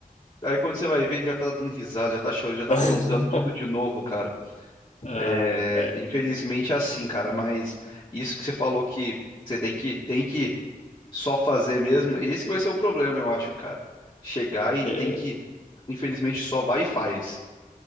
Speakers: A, on the left; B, on the left.
A: Aí quando você vai ver, ele já tá dando risada, já tá chorando, já tá
B: <laughs>
A: aprontando tudo de novo, cara.
B: ah
A: É,
B: rapaz.
A: infelizmente é assim, cara, mas isso que você falou que você tem que, tem que só fazer mesmo, esse que vai ser o problema, eu acho, cara. Chegar e
B: É.
A: tem que, infelizmente, só vai e faz.